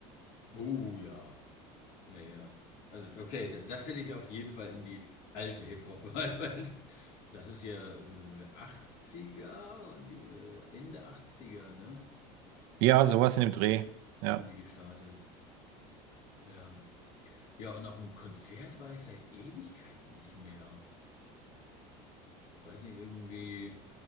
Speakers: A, on the left; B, on the right.
A: Oh ja. Ja, ja. Also, okay, da- das hätte ich auf jeden Fall in die alte Hip-Hop, <laughs> weil, weil die, das ist ja äh, 80er, waren die, äh, Ende 80er, ne?
B: Ja, sowas in dem Dreh. Ja,
A: Haben die gestartet. Ja. Ja, und auf dem Konzert war ich seit Ewigkeiten nicht mehr. Ich weiß nicht, irgendwie.